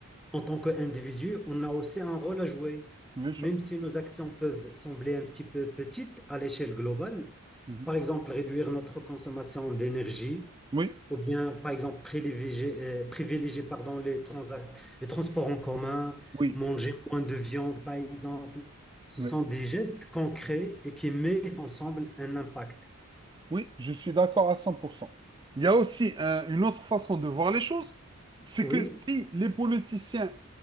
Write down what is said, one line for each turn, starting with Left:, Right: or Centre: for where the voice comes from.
Centre: en tant qu'individu, on a aussi un rôle à jouer.
Right: bien sûr.
Centre: Même si nos actions peuvent sembler un petit peu petites à l'échelle globale,
Right: Mhm.
Centre: par exemple réduire notre consommation d'énergie,
Right: Oui,
Centre: ou bien par exemple privilégier, euh, privilégier, pardon, les transa- les transports en commun,
Right: oui,
Centre: manger moins de viande par exemple, ce
Right: oui,
Centre: sont des gestes concrets et qui mettent ensemble un impact.
Right: oui, je suis d'accord à 100%. Il y a aussi un- une autre façon de voir les choses, c'est
Centre: Oui,
Right: que si les politiciens